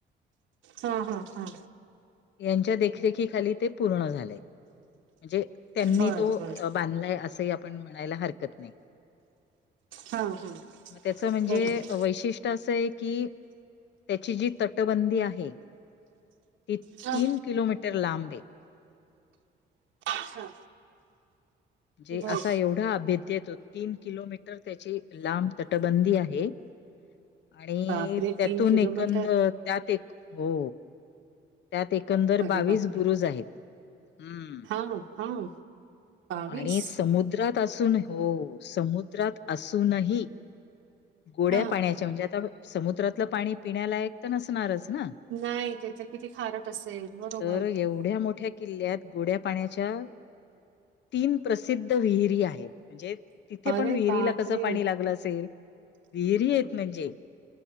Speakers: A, on the right; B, on the left.
A: हा हा हा
B: यांच्या देखरेखीखाली ते पूर्ण झालेय म्हणजे. त्यांनी
A: बर.
B: तो
A: बर.
B: बांधलाय असंही आपण म्हणायला हरकत नाही.
A: हां. हां.
B: मग त्याच म्हणजे
A: बरोबर.
B: वैशिष्ट्य असं आहे की त्याची जी तटबंदी आहे ती
A: हां.
B: तीन किलोमीटर लांब आहे
A: अच्छा.
B: म्हणजे
A: बर.
B: असा एवढा अभेद येतो तीन किलोमीटर त्याची लांब तटबंदी आहे. आणि
A: बापरे
B: त्यातून
A: तीन किलोमीटर.
B: एकंदर त्यात एक हो. त्यात एकंदर
A: अरे
B: बावीस
A: बापरे.
B: बुरुज आहेत हम्म..
A: हां. हां. बावीस.
B: आणि समुद्रात असून हो समुद्रात असूनही गोड्या
A: हां.
B: पाण्याच्या म्हणजे आता समुद्रातलं पाणी पिण्यालायक तर नसणारच ना
A: नाही त्याचा किती खारट असेल बरोबर.
B: तर एवढ्या मोठ्या किल्ल्यात गोड्या पाण्याच्या तीन प्रसिद्ध विहिरी आहेत म्हणजे. तिथे
A: अरे
B: पण विहिरीला
A: बापरे.
B: कसं पाणी लागलं असेल विहिरी आहेत म्हणजे.